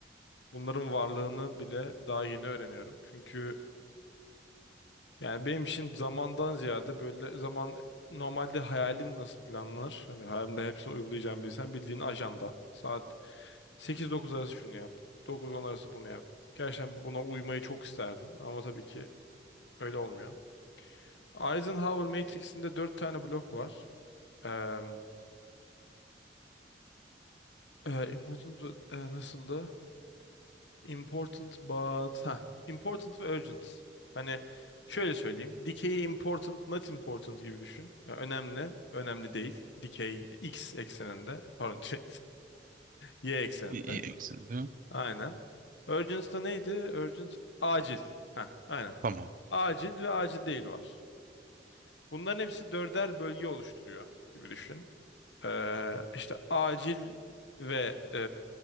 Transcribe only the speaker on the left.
bunların varlığını bile daha yeni öğreniyorum. Çünkü Yani benim için zamandan ziyade böyle zaman normalde hayalim nasıl planlanır? Hani hayalimde hepsini uygulayacağım bilsem bildiğin ajanda. Saat sekiz dokuz arası şunu yap. dokuz on arası bunu yap. Gerçekten buna uymayı çok isterdim ama tabii ki öyle olmuyor. Eisenhower Matrix'inde 4 tane blok var. Eee e, Important e, nasıldı? Important but ha important ve urgent. Hani şöyle söyleyeyim. Dikeyi important, not important gibi düşün. Ya önemli, önemli değil. Dikey x ekseninde, pardon, <laughs> şey, y ekseninde.
Aynen. Urgent da neydi? Urgent acil. Ha, aynen.
Acil ve acil değil var. Bunların hepsi dörder bölge oluşturuyor gibi düşün. Ee, işte acil ve e,